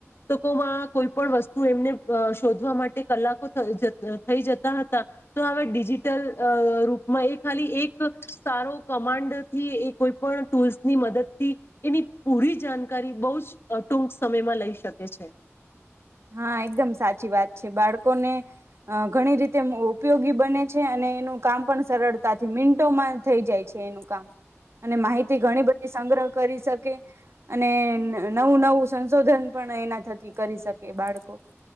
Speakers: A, on the left; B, on the right.
A: કોમા કોઈ પણ વસ્તુ એમને અહ શોધવા માટે કલાકો થઈ જ-જતા હતા. તો હવે ડિજિટલ રૂપમાં અહ એ ખાલી એક સારો કમાન્ડથી એ કોઈ પણ ટૂલ્સની મદદ થી એની પૂરી જાણકારી બહુજઅહ ટૂંક સમયમાં લઈ શકે છે.
B: હા, એકદમ સાચી વાત છે. બાળકોને અહ ઘણી રીતે ઉપયોગી બને છે. અને એનું કામ પણ સરળતાથી મિનન્ટોમાં થઈ જાય છે, એનું કામ. અને માહિતી ઘણી બધી સંગ્રહ કરી શક કે અને નવું-નવું સંશોધન પણ એના થકી કરી શકે બાળકો.